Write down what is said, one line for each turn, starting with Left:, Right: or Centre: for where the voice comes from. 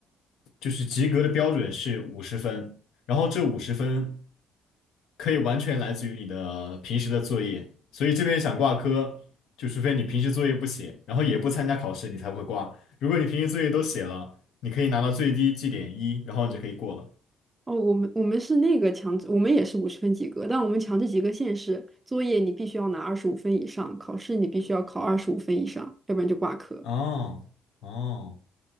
Left: 就是及格的标准是五十分，然后这五十分可以完全来自于你的平时的作业，所以这边想挂科，就除非你平时作业不写，然后也不参加考试，你才会挂。如果你平时作业都写了，你可以拿到最低绩点一，然后你就可以过了。
Right: 哦，我们我们是那个强制，我们也是五十分及格，但我们强制及格线是作业你必须要拿二十五分以上，考试你必须要考二十五分以上，要不然就挂科。
Left: 哦哦，